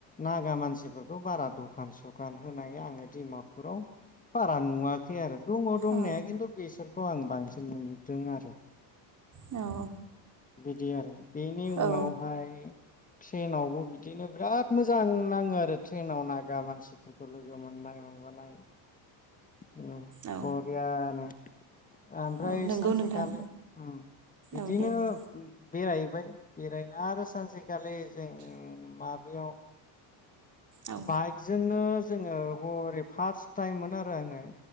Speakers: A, on the left; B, on the right.
A: नागा मानसिफोरखौ बारा दखान सखान होनाय आङो डिमापुराव बारा नुवाखै आरो दङ दंनाया
B: औ
A: किन्थु बेसोर खौ आं बांसिन नुदों आरो।
B: औ
A: दि आरो। बेनि
B: औ
A: उनावहाय ट्रेनआवबो बिदिनो बोराद मोजां नाङो आरो ट्रेनाव नागा मानसिफोर फोर लोगो मोननाय माबानाय। उम
B: औ
A: बरियानो। ओमफ्राय
B: औ नंगौ
A: सानसेखालि
B: नोंथां
A: होम बिदिनो
B: औ दे बुं
A: बेरायबाय बेरायना आरो <unintelligible> खालि जों माबायाव
B: औ
A: बाइकजोंनो जोङो हरै फार्स्ट टाइममोन आरो आङो